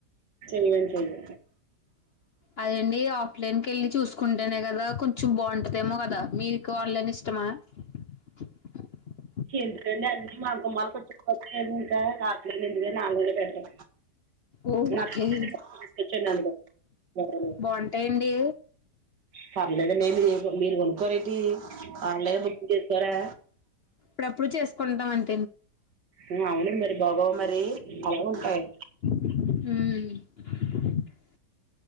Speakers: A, on the right; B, on the left.
A: చేయగాన్ చేయడు.
B: అదండీ ఇగ ఆఫ్లైన్ కేళ్ళి, చూసుకుంటేనే కదా! కొంచెం బాగుంటదేమో గదా! మీకు ఆన్లైన్ ఇష్టమా? <unintelligible>
A: ఎందుకండి అన్ని మా గుమ్మాలకోచ్చి పోతలేదు. ఇంకా రాట్లేదు ఎందుకని ఆన్లైనే బేటరు.
B: ఓ
A: నచ్చితే
B: ఓకే
A: బాగ తీసుకోచ్చన్ అందులో ఎవరో
B: బాగుంటాయండి
A: షా మీ దగ్గర లేంది మీరు కొనుక్కోరేటి ఆన్లైన్ బుకింగ్ చేసుకోరా?
B: అప్పుడప్పుడు చేసుకుంటాం అన్
A: ఉ అవును మరి. బాగోవా మరీ, అలాగే ఉంటాయి.
B: మ్